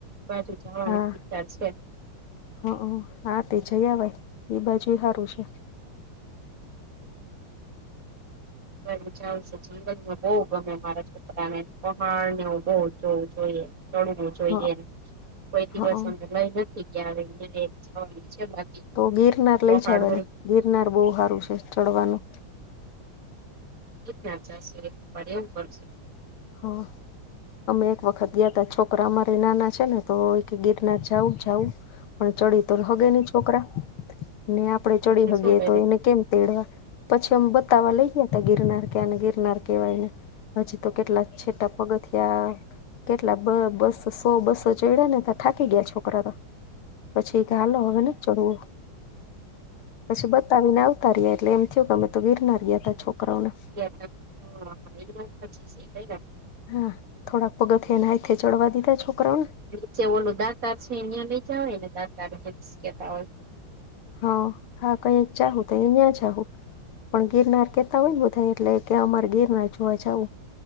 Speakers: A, on the right (about 40°); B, on the left (about 85°).
A: બાજુ જવાનું
B: હા
A: વિચાર છે.
B: હ હા તે જયાવાય એ બાજુ એ હારું છે.
A: બરાબર ચાલસે જો જંગલમાં બહુ ગમે મારા છોકરાને પહાડ નેું બહુ જોવું જોઈએ ચડવું જોઈએ
B: હ
A: કોઈ દિવસ
B: હ
A: અમે લઈ નથી ગયા હવે લઈ જવાની છે બાકી.
B: તો ગિરનાર
A: પહાડ
B: લઈ જવા
A: હોય
B: ને ગિરનાર બહુ હારું છે ચડવાનું.
A: એક નાચા શે એક પડ્યા ઉપર છે.
B: હા. અમે એક વખત ગયા હતા છોકરા અમારે નાના છે ને તો કે ગિરનાર જાવું જાવું. પણ ચડી તો હગે નહી છોકરા ને આપડે ચડી
A: પછી
B: હગીએ
A: શું કર્યું
B: તો એને કેમ. તેડવા પછીમ બતાવા લઈ ગયા તા ગિરનાર કે ગિરનાર કવાયને હજી તો કેલા છેટા પગ. ત્યા કેટલા બ બસ સો બસો ચડ્યા ને ત્યા થાકી ગયા છોકરા તો પછી તે હાલો હવેન ચડવું પછી બતાવીને આવ. ઉતારી એટલે એમ થયુ અમે તો ગીરનાર્યા હતા
A: હા એક દમ પછી સેકાઈ ગયાં.
B: હા થોડા પગથીયા ને હાથે ચડવા દીધા છોકરાઓને
A: નીચે ઓલું દાત છે એહિયાયા લઇ જ હોય ને દાતા કેતા હોય.
B: હા હા કઈક ચાહું તો નાયા ચાહું. પણ ગિરનાર કેતા હોય ને બધા એટલે કે અમારે ગિરનાર જોવા જાવું.